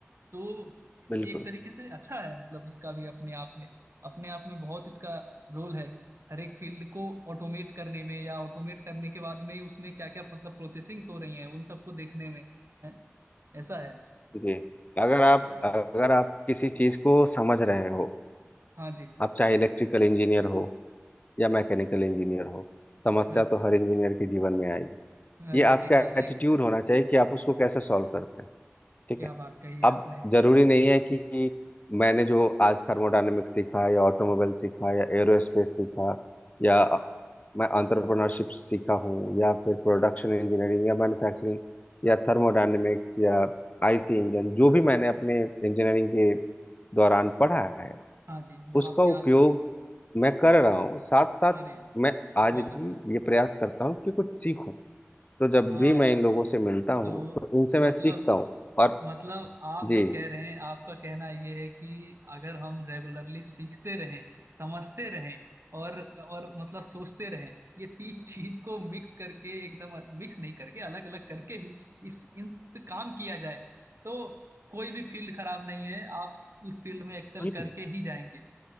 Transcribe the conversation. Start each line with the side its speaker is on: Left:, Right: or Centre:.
Right: तो
Left: बिल्कुल
Right: ये एक तरीके से अच्छा है मतलब इसका भी अपने आप में अपने आप में बहुत इसका रोल है हर एक फील्ड को ऑटोमेट करने में या ऑटोमेट करने के बाद में उसमें क्या क्या मतलब प्रोसेसिंग्स हो रही हैं उन सबको देखने में है ऐसा है
Left: जी अगर आप
Right: और
Left: अगर आप किसी चीज को समझ रहे हो
Right: हाँ जी
Left: आप चाहे इलेक्ट्रिकल इंजीनियर हो या मैकेनिकल इंजीनियर हो समस्या
Right: हाँ जी
Left: तो हर इंजीनियर के जीवन में आएगी
Right: अरे
Left: ये आपका
Right: एकदम
Left: एटीट्यूड
Right: एकदम
Left: होना चाहिए कि आप उसको कैसे सॉल्व करते हो ठीक
Right: क्या
Left: है
Right: बात कही है
Left: अब
Right: आपने
Left: जरूरी नहीं है कि मैंने जो आज थर्मोडायनेमिक्स सीखा या ऑटोमोबाइल सीखा या एरोस्पेस सीखा या मैं अंतरप्रेन्योरशिप सीखा हूँ या फिर प्रोडक्शन इंजीनियरिंग या मैन्युफैक्चरिंग या थर्मोडायनेमिक्स या आईसी इंजन जो भी मैंने अपने इंजीनियरिंग के दौरान पढ़ा है
Right: हाँ जी वो
Left: उसका
Right: आपके
Left: उपयोग
Right: आज
Left: मैं कर रहा हूँ साथ साथ
Right: अरे
Left: मैं आज
Right: बहुत
Left: भी
Right: अच्छा
Left: ये प्रयास करता हूँ कि कुछ सीखूं तो जब
Right: हाँ
Left: भी मैं
Right: हाँ
Left: इन लोगों से मिलता हूँ
Right: तो
Left: तो इनसे मैं
Right: मतलब
Left: सीखता हूँ और
Right: मतलब आप
Left: जी
Right: जो कह रहे हैं आपका कहना ये है कि अगर हम रेगुलरली सीखते रहें समझते रहें और और मतलब सोचते रहें ये तीन <laughs> चीज को मिक्स करके एकदम मिक्स नहीं करके अलग अलग करके ही इस इन पे काम किया जाए तो कोई भी फील्ड खराब नहीं है आप उस फील्ड में एक्सेल
Left: बिल्कुल
Right: करके ही जाएंगे